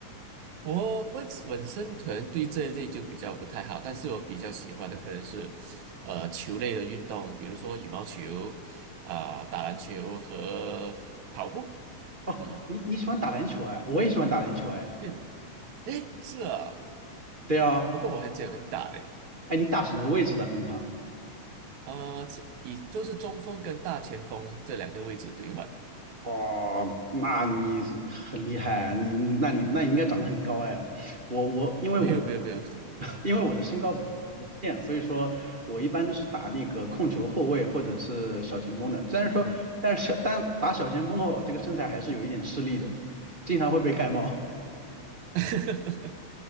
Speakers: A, on the right; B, on the right.
A: 我本本身可能对这一类就比较不太好，但是我比较喜欢的可能是，呃，球类的运动，比如说羽毛球，啊、打篮球和跑步。
B: 哦，
A: 嗯，
B: 你你喜欢打篮球哎，我也喜欢打篮球哎。
A: 对，诶，是啊，
B: 对啊，
A: 不过我很久很打嘞，
B: 哎，你打什么位置的平常？
A: 呃，前以就是中锋跟大前锋这两个位置兑换。
B: 哦，那你很厉害啊你那你那你应该长得很高哎。我我因为我
A: 没有没有没有，
B: <laughs> 因为我的身高不变，所以说我一般都是打那个控球后卫或者是小前锋的。虽然说，
A: 嗯，
B: 但是小但打小前锋的话，我这个身材还是有一点吃力的，经常会被盖帽。
A: <laughs>